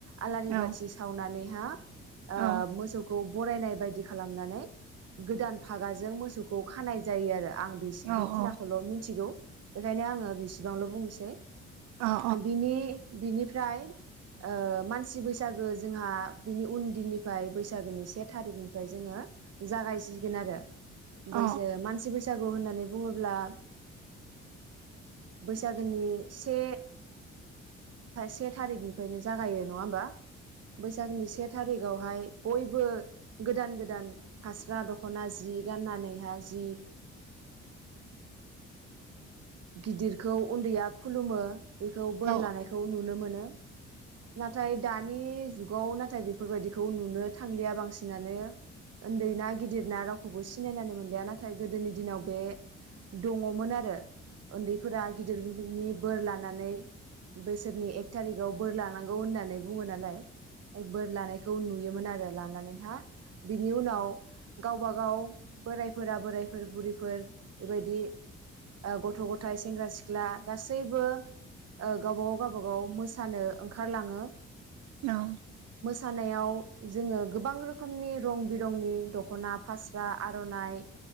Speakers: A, on the right (about 55°); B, on the right (about 75°).
A: आलारि
B: औ
A: बाथि सावनानै जोंहा ओ
B: औ
A: मोसौखौ बरायनाय बायदि खालामनानै गोदान फागाजों मोसौखौ खौ खानाय जायो आरो आं बे
B: औ
A: बेखिनिखौल मिथिगौ बेखायनो आंङो बेसेबांल बुंनोसै बुंनोसै
B: औ उम
A: बिनि बिनिफ्राय फ्राय मानसि बैसागु जोंहा बिनि उन दिननिफ्राय बैसागुनि से थारिखनिफ्राय जोंङो जागायसिगोन आरो
B: उम औ
A: बैसो मानसि बैसो बैसागु होननानै बुङोब्ला बैसागु। बैसागनि से से थारिखनिफ्रायनो जागायो नङा होमबा। बैसागनि से। थारिग आवहाय बयबो गोदान गोदान फास्रा दखना जि गाननानैहाय जि। गिदिरखौ। उनदैया खुलुमो। बेखौ बोर
B: औ
A: लानायखौ नुनो मोनो नाथाय दानि जुगाव। औ नाथाय बेफोरबायदिखौ नुनो थांलिया बांसिनानो। उन्दै ना गिदिर। रावखौबो सिनायनानै मोनलिया नाथाय। गोदोनि दिनाव बे। दङमोन आरो। उन्दै फोरा बिनि बोर लानानै बोसोरनि एक थारिखआव बोर लानांगौ होननानै बुङो नालाय बोर लानायखौ नुयो। मोन आरो लानानै हा बिनि उनाव गावबा गाव बोरायफोरा बोरायफोर बुरैफोर बेबायदि गथ' गथाय सेंग्रा सिख्ला सिख्ला गासैबो ओ गावबागाव गावबागाव मोसानो ओंखारलाङो
B: औ
A: मोसानायाव जोङो गोबां रोखोमनि रं बिरंनि दख'ना फास्रा आर'नाइ